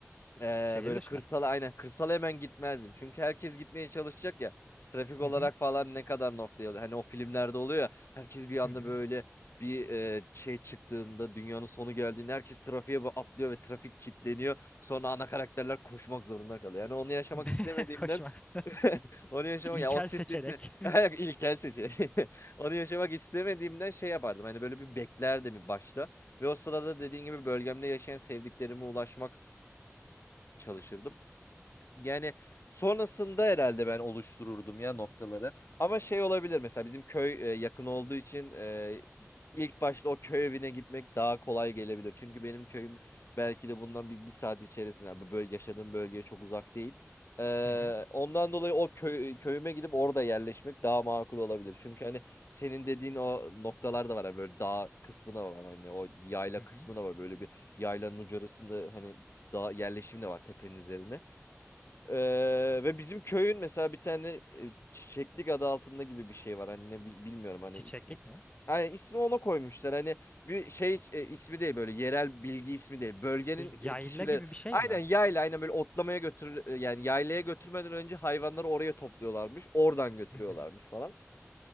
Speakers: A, on the left (about 55°); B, on the left (about 25°).
A: Ee,
B: Şehir
A: böyle
B: dışına.
A: kırsala aynen kırsala hemen gitmezdim. Çünkü herkes gitmeye çalışacak ya. Trafik olarak
B: Hı hı.
A: falan ne kadar noktaya oluyor. hani o filmlerde oluyor ya herkes bir anda
B: Hı hı.
A: böyle bir e, şey çıktığında dünyanın sonu geldiğinde herkes trafiğe ba- atlıyor ve trafik kilitleniyor. Sonra ana karakterler koşmak zorunda kalıyor. Yani onu yaşamak
B: <laughs>
A: istemediğimden
B: Koşmak. <laughs>
A: <laughs> onu yaşamak
B: İlkel
A: ya o stresi
B: seçerek.
A: <laughs> ilkel seçenek. <laughs> Onu yaşamak istemediğimden şey yapardım. Hani böyle bir beklerdim başta ve o sırada dediğin gibi bölgemde yaşayan sevdiklerime ulaşmak çalışırdım. Yani sonrasında herhalde ben oluştururdum ya noktaları. Ama şey olabilir mesela bizim köy e, yakın olduğu için e, ilk başta o köy evine gitmek daha kolay gelebilir. Çünkü benim köyüm belki de bundan bir, bir saat içerisinde bu bölge yaşadığım bölgeye çok uzak değil. E,
B: Hı hı.
A: ondan dolayı o köy, köyüme gidip orada yerleşmek daha makul olabilir. Çünkü hani senin dediğin o noktalar da var. Hani böyle dağ kısmı da var. Hani o yayla
B: Hı hı.
A: kısmı da var. Böyle bir yaylanın ucurasında hani dağ yerleşim de var tepenin üzerine. Ee, ve bizim köyün mesela bir tane e, Çiçeklik adı altında gibi bir şey var. Hani ne bil- bilmiyorum hani
B: Çiçeklik
A: ismi.
B: mi?
A: Yani ismi ona koymuşlar. Hani bir şey e, ismi değil böyle yerel bilgi ismi değil. Bölgenin
B: Bir Yayla
A: e, kişileri
B: gibi bir şey
A: aynen
B: mi?
A: yayla aynen böyle otlamaya götür e, yani yaylaya götürmeden önce hayvanları oraya topluyorlarmış. Oradan götürüyorlarmış
B: Hı hı.
A: falan.